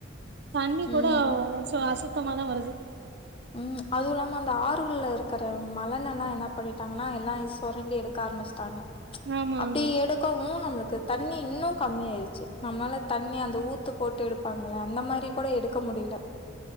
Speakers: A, on the right (about 55°); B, on the left (about 30°).
A: தண்ணி
B: ம்.
A: கூடோவ் சு அசுத்தமாதா வருது
B: ம் அதுவு இல்லாம அந்த ஆறுள்ல இருக்கற மலன் எல்லா என்னாப் பண்ணிட்டாங்கனா எல்லாயிச் சொரண்டி எடுக்க ஆரமிச்ட்டாங்க
A: ஆமா
B: அப்டி
A: ஆமா
B: எடுக்கவு நம்ளுக்கு தண்ணி இன்னுங் கம்மியாயிர்ச்சு நம்ளால தண்ணி அந்த ஊத்துப் போட்டு எடுப்பாங்கள அந்த மாரி கூட எடுக்க முடில